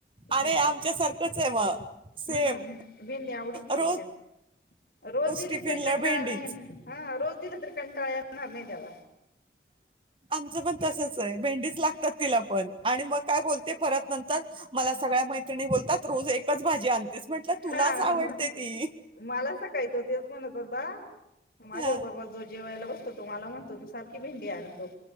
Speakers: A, on the right; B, on the left.
A: अरे
B: भेंडी
A: आमच्या सारखंच आहे मग. सेम
B: हम्म भेंडी आवडी त
A: रोज
B: त्याच्या रोज दिली
A: टिफिनला
B: तरी कंटाळ्या
A: भेंडीच
B: नाही हा रोज दिला तरी कंटाळा येणार नाही त्याला.
A: आमचं पण तसच आहे भेंडीच लागतात तिला पण. आणि मग काय बोलते परत नंतर मला सगळ्या मैत्रिणी बोलतात, रोज एकच भाजी आणतेस म्हटलं, तुलाच
B: हा
A: आवडते
B: मग
A: ती
B: मला सकाळी तो तेच म्हणत होता. माझ्या
A: हा.
B: बरोबर जो जेवायला बसतो तो मला म्हणतो तु सारखी भेंडी आणतो,